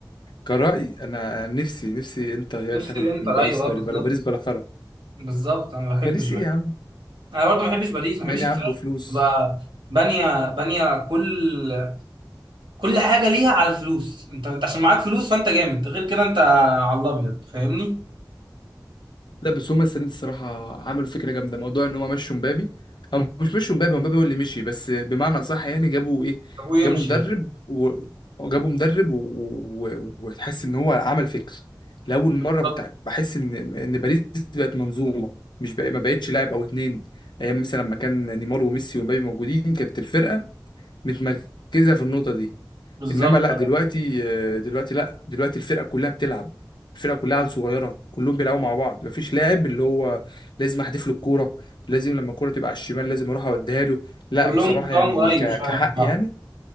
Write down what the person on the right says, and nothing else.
نفس
الانتر
ايوه اه
بالظبط
بالظبط انا ما بحبش
باريس
انا برضو ما بحبش باريس ما
بحبش الفرق
تبقى بانيه بانيه كل كل حاجه ليها على الفلوس انت انت عشان معاك فلوس فانت جامد غير كده انت على الابيض فاهمني
ابوه يمشي
يلا.
بالظبط
بالظبط
كلهم
طبعا
قريب
شويه
من بعض